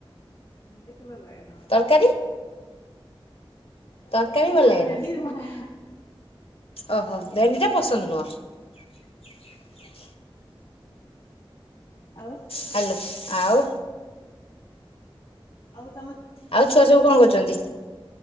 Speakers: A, on the left; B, on the left.
A: ଭେଣ୍ଡି ଭଲ ଲାଗେନା ମତେ।
B: ତରକାରୀ ତରକାରୀ
A: ମା
B: ଭଲ ଲାଗେ
A: ଭେଣ୍ଡିରେ
B: ନା
A: ଭଲ
B: ଓହୋ ଭେଣ୍ଡି ଟା ପସନ୍ଦ ନୁହଁ?
A: ଆଉ
B: ହ୍ୟାଲୋ ଆଉ।
A: ହଉ।
B: ଆଉ ଛୁଆ ସବୁ କଣ କରୁଛନ୍ତି?